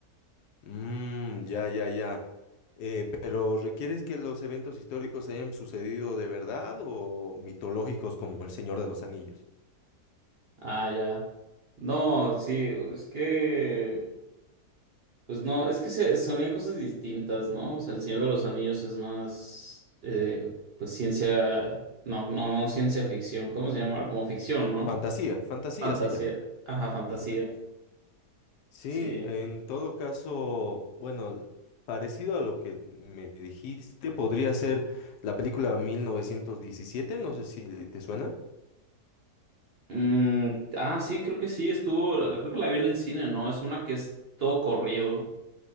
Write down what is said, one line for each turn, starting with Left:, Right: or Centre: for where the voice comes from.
Left: Mmm, ya, ya, ya. Pero ¿requieres que los eventos históricos hayan sucedido de verdad o mitológicos como El Señor de los Anillos?
Right: Ah, ya. No, sí, es que, pues no, es que se, sonían cosas distintas, ¿no? O sea, El Señor de los Anillos es más, eh, pues ciencia, no, no, no ciencia ficción, ¿cómo se llama? Como ficción, ¿no?
Left: Fantasía, fantasía
Right: Fantasía,
Left: se llama.
Right: ajá, fantasía,
Left: Ujú. Sí,
Right: sí.
Left: en todo caso, bueno, parecido a lo que me dijiste, podría ser la película 1917, no sé si te suena.
Right: Mm, ah, sí, creo que sí, estuvo, creo que la vi en el cine, ¿no? Es una que es todo corrido.